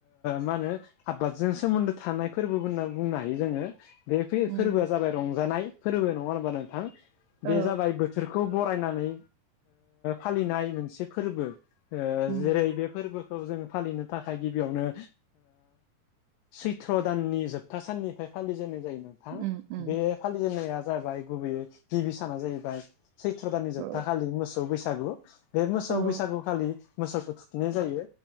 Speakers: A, on the left; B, on the right.
A: मा होनो आबादजों सोमोन्दो थानाय फोरबो होनना बुंनो हायो जोङो बे
B: उम
A: फोरबोआ जाबाय रंजानाय फोरबो नङा होनबा नोंथां बे
B: औ
A: जाबाय बो बिखौ बरायनानै फालिनाय मोनसे फोरबो
B: उम
A: जेरै बे फोरबोखौ जोङो फालिनो थाखाय गिबियावनो सैत्र' दाननि जोबथा साननि फालिजेननाय जायो नोंथां
B: उम उम
A: बे फालिजेननाया जाबाय गुबैयै गिबि साना जाहैबाय सैथ्र' दाननि जोबथा
B: औ
A: खालि मोसौ बैसागु बे मोसौ
B: औ
A: बैसागुखौ खालि मोसौखौ थुखैनाय जायो